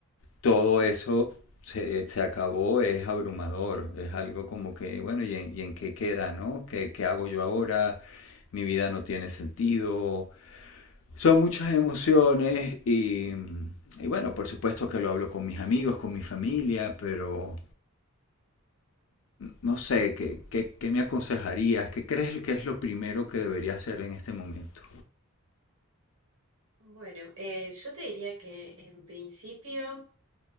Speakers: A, on the left; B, on the right.
A: todo eso se, se acabó es abrumador, es algo como que, bueno, ¿y en, y en qué queda, no? ¿Qué, qué hago yo ahora? Mi vida no tiene sentido. Son muchas emociones y, y bueno, por supuesto que lo hablo con mis amigos, con mi familia, pero no sé, ¿qué, qué, qué me aconsejarías? ¿Qué crees que es lo primero que debería hacer en este momento?
B: Bueno, eh, yo te diría que en principio